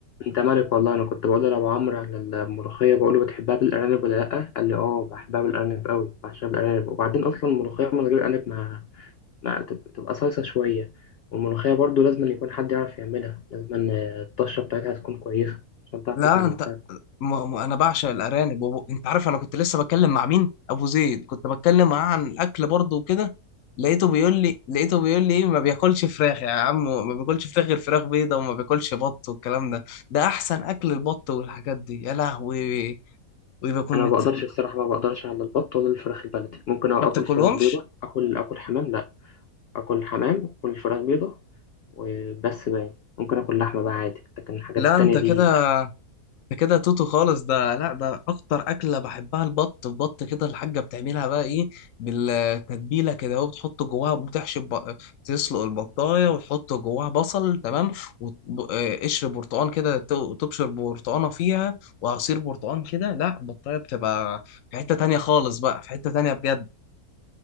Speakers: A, on the left; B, on the left.
A: انت مالك والله انا كنت بقول لابو عمرو على الملوخيه بقول له بتحبها بالارانب ولا لا قال لي اه بحبها بالارانب قوي بعشقها بالارانب وبعدين اصلا الملوخيه من غير ارانب ما مع تب- تبقى صلصة شوية والملوخية برضو لازم يكون حد يعرف يعملها لازم آه، الطشة بتاعتها تكون كويسة عشان تعرف
B: لا
A: تاكل ملوخية
B: انت
A: كويس
B: م- م- انا بعشق الارانب وب... انت عارف انا كنت لسه بتكلم مع مين ابو زيد كنت بتكلم معاه عن الاكل برضه وكده لقيته بيقول لي لقيته بيقول لي ايه ما بياكلش فراخ يا عم ما بياكلش فراخ غير فراخ بيضه وما بياكلش بط والكلام ده ده احسن اكل البط والحاجات دي يا لهوي ويبقى يكون
A: أنا
B: مت...
A: ما بقدرش الصراحة ما بقدرش على البط ولا الفراخ البلدي ممكن آكل
B: ما بتاكلهمش
A: فراخ بيضة آكل آكل حمام لأ آكل حمام آكل فراخ بيضة وبس بقى ممكن آكل لحمة بقى عادي لكن الحاجات
B: لا
A: التانية
B: انت كده
A: دي لأ
B: ده كده توتو خالص ده لا ده اكتر اكله بحبها البط البط كده الحاجه بتعملها بقى ايه بالتتبيله كده اهو بتحط جواها بتحشي الب... تسلق البطايه وتحط جواها بصل تمام وقشر برتقان كده ت- تبشر برتقانه فيها وعصير برتقان كده لا البطايه بتبقى في حته تانية خالص بقى في حته تانية بجد